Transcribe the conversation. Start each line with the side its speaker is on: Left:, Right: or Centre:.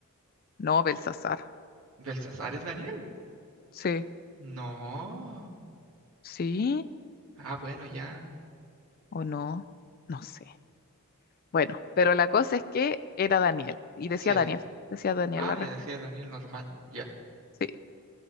Left: No, Belsasar.
Right: ¿Belsasar es Daniel?
Left: Sí,
Right: No.
Left: sí
Right: Ah, bueno, ya.
Left: o no, no sé. Bueno, pero la cosa es que era Daniel y decía
Right: Sí.
Left: Daniel, decía Daniel
Right: Ah,
Left: la respuesta.
Right: ya decía Daniel normal. Ya.
Left: Sí,